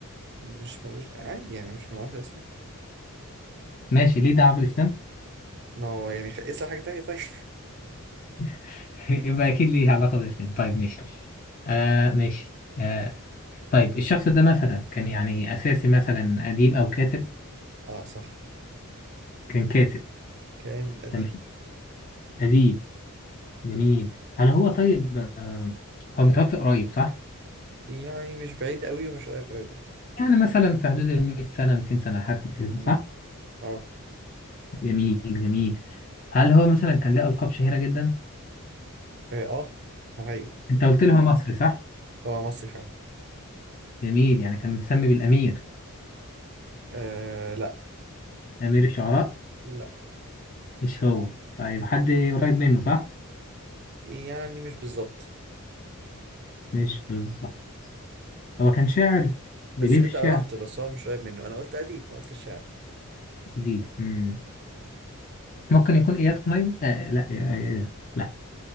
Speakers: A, on the right; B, on the left.
A: مش ملوش عادي يعني مش من عصر الإسلام
B: ماشي ليه دعوة بالإسلام
A: ما هو يعني خ- اسأل حاجة تانية طيب <laughs>
B: <laughs> يبقى أكيد ليه علاقة بالإسلام طيب ماشي آه ماشي آه طيب الشخص ده مثلا كان يعني أساسي مثلا أديب أو كاتب
A: اه صح
B: كان كاتب
A: كان أديب
B: تمام أديب جميل هل هو طيب آه، هو متوفي قريب صح؟
A: يعني مش بعيد قوي ومش قريب قوي برضه
B: يعني مثلا في حدود ال 100 سنة 200 سنة حاجة كده
A: مم.
B: صح؟
A: اه
B: جميل جميل هل هو مثلا كان ليه ألقاب شهيرة جدا؟
A: اه آه، حقيقي
B: أنت قلت لي هو مصري صح؟
A: هو مصري فعلا
B: جميل يعني كان متسمي بالأمير
A: آه لا
B: أمير الشعراء
A: لا
B: مش هو طيب حد قريب منه صح؟
A: يعني مش بالظبط
B: مش بالظبط هو كان شاعر بيليه
A: بس انت
B: في الشعر
A: قربت بس هو مش قريب منه انا قلت اديب ما قلت شاعر
B: أديب مم. ممكن يكون اياد قنيبي آه لا آه آه، إيه ده؟ لا